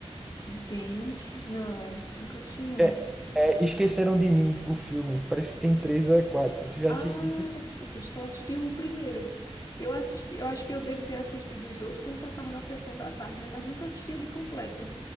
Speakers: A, on the left; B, in the centre.
A: Denis? Não, nunca assisti, não.
B: É, é, Esqueceram de Mim, o filme. Parece que tem três ou é quatro. Tu já
A: Ah,
B: assistisse?
A: sim, eu só assisti o primeiro. Eu assisti, eu acho que eu devo ter assistido os outros quando passava na sessão da tarde, né? Mas nunca assisti ele completo.